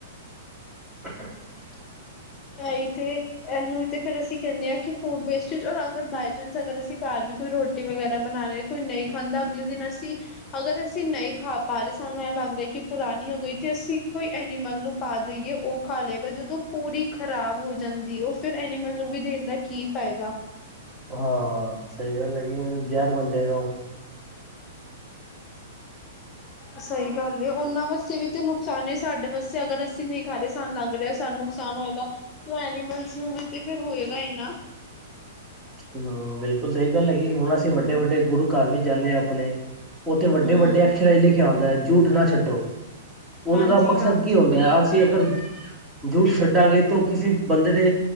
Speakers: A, on the right; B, on the left.
A: <inaudible>
B: ਅਈ ਤੇ ਇਹਨੂੰ ਤੇ ਫੇਰ ਅਸੀ ਕਹਿਦੇ ਹਾਂ, ਕਿ ਫੂਡ ਵੇਸਟੇਜ ਔਰ ਅਗਰ ਬਏ ਚਾਂਸ ਅਗਰ ਅਸੀ ਘਰ ਵੀ ਕੋਈ ਰੋਟੀ ਵਗੈਰਾ ਬਣਾ ਰ ਕੋਈ ਨਹੀਂ ਖਾਂਦਾ, ਅਗਲੇ ਦਿਨ ਅਸੀ, ਅਗਰ ਅਸੀਂ ਨਹੀ ਖਾ ਪਾ ਰਹੇ ਸਾਨੂੰ ਇਹ ਲਗ ਰਿਹਾ, ਕਿ ਪੁਰਾਣੀ ਹੋ ਗਈ ਤੇ ਅਸੀ ਕੋਈ ਐਨੀਮਲ ਨੂੰ ਪਾ ਦੇਈਏ ਉਹ ਖਾ ਲਏਗਾ ਜਦੋ ਪੂਰੀ ਖ਼ਰਾਬ ਹੋ ਜਾਦੀ, ਉਹ ਫਿਰ ਐਨੀਮਲ ਨੂੰ ਵੀ ਦੇਣ ਦਾ ਕੀ ਫਾਇਦਾ
A: ਹਾਂ ਸਹੀ ਗੱਲ ਹੈਗੀ <unintelligible> ਜਹਿਰ ਬਣ ਜਾਏਗਾ ਉਹ
B: ਸਹੀ ਗੱਲ ਏ ਉਹਨਾਂ ਵਾਸਤੇ ਵੀ ਤੇ ਨੁਕਸਾਨ ਏ ਸਾਡੇ ਵਾਸਤੇ ਅਗਰ ਅਸੀ ਨਹੀ ਖਾ ਰ ਸਾਨੂੰ ਲੱਗ ਰਿਹਾ ਸਾਨੂੰ ਨੁਕਸਾਨ ਹੋਏਗਾ ਤੇ ਉਹ ਐਨੀਮਲਸ ਨੂੰ ਵੀ ਤੇ ਫਿਰ ਹੋਏਗਾ ਹੀ ਨਾ
A: ਹਮ ਬਿਲਕੁਲ ਸਹੀ ਗਲ ਹੈਗੀ ਹੁਣ ਅਸੀ ਵਡੇ ਵਡੇ ਗੁਰੂ ਘਰ ਵੀ ਜਾਦੇ ਹਾਂ ਆਪਣੇ ਉਹਥੇ ਵਡੇ
B: ਹੂੰ
A: ਵਡੇ ਐਕਸ਼ਰਾਂ ਚ ਲਿਖਿਆ ਹੁੰਦਾ ਜੂਠ ਨਾ ਛਡੋ ਉਹਨਾ
B: ਹਾਂਜੀ
A: ਦਾ ਮਕਸਦ
B: ਹਾਂਜੀ
A: ਕੀ ਹੁੰਦਾ ਹੈ ਅਕਸੀ ਅਗਰ ਜਠ ਛੱਡਾਂਗੇ ਤਾਂ ਉਹ ਕਿਸੇ ਬੰਦੇ ਦੇ